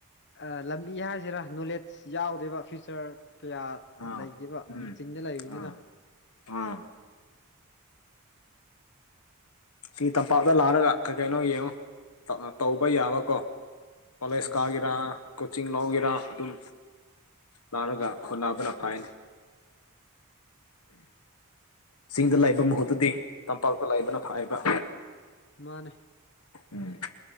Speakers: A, on the left; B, on the left.
A: ꯑꯥ ꯂꯝꯕꯤ ꯍꯥꯏꯁꯤꯔ ꯅꯣꯂꯦꯖ ꯌꯥꯎꯗꯦꯕ ꯐ꯭ꯌꯨꯆꯔ ꯀꯌꯥ
B: ꯑꯥ
A: ꯂꯩꯇꯦꯕ
B: ꯎꯝ
A: ꯆꯤꯡꯗ ꯂꯩꯕꯅꯤꯅ
B: ꯑꯥ ꯑꯥ ꯁꯤ ꯇꯝꯄꯥꯛꯇ ꯂꯥꯛꯔꯒ ꯀꯩ ꯀꯩꯅꯣ ꯌꯦꯡꯉꯣ ꯇꯧꯕ ꯌꯥꯕꯀꯣ ꯀ‌ꯣꯂꯦꯖ
A: ꯎꯝ
B: ꯀꯒ‌ꯦꯔ ꯀꯣꯆꯤꯡ ꯂꯧꯒꯦꯔꯥ ꯑꯗꯨꯝ ꯂꯥꯛꯔꯒ ꯈꯟꯅꯕꯅ ꯐꯩꯌ‌ꯦꯅ‌ꯦ ꯆꯤꯡꯗ ꯂꯩꯕ ꯃꯍꯨꯠꯇꯗꯤ ꯇꯝꯄꯥꯛꯇ ꯂꯤꯕꯅ ꯐꯩ <unintelligible>
A: ꯃꯥꯅꯦ
B: ꯎꯝ